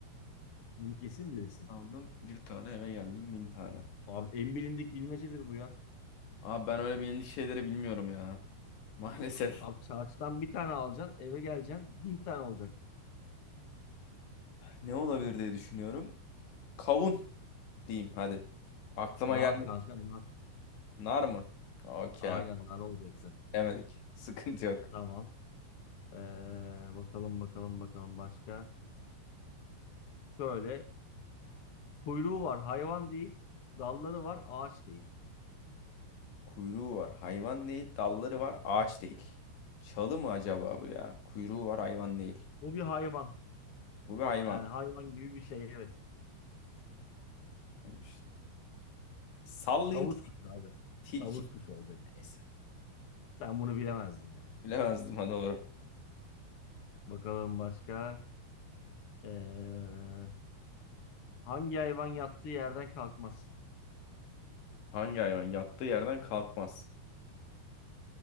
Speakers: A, on the left (about 50°); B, on the left (about 70°).
A: Bunu kesin bilirsin.
B: Aldım bir tane eve geldim bin tane.
A: Abi en bilindik bilmecedir bu ya.
B: Abi ben öyle bilindik şeyleri bilmiyorum ya. <laughs> Maalesef.
A: Abi çarşıdan bir tane alacaksın eve geleceksin bin tane olacak.
B: Ne olabilir diye düşünüyorum. Kavun diyeyim hadi. Aklıma
A: Nar
B: gelmedi.
A: kanka nar.
B: Nar mı? Okey
A: Aynen
B: abi.
A: nar olacaktı.
B: Demedik. <laughs> Sıkıntı yok.
A: Tamam. Ee, bakalım bakalım bakalım başka. Şöyle Kuyruğu var, hayvan değil. Dalları var, ağaç değil.
B: Kuyruğu var. Hayvan değil. Dalları var. Ağaç değil. Çalı mı acaba bu ya? Kuyruğu var. Hayvan değil.
A: Bu bir hayvan.
B: Bu bir hayvan.
A: Yani hayvan gibi bir şey evet.
B: Neymiş? Sallayayım
A: Tavus
B: til-
A: kuşu abi.
B: tilki.
A: Tavus kuşu olacak.
B: Neyse.
A: Sen bunu bilemezdin ya.
B: Bilemezdim ha doğru.
A: Bakalım başka. Ee, hangi hayvan yattığı yerden kalkmaz?
B: Hangi hayvan? Yattığı yerden kalkmaz.